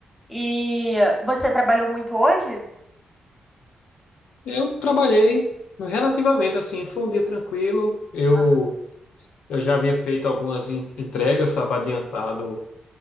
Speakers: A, in the centre; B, on the left.
A: e você trabalhou muito hoje?
B: Eu trabalhei relativamente assim, foi um dia tranquilo. Eu,
A: Aham.
B: eu já havia feito algumas en- entregas, sabe, adiantado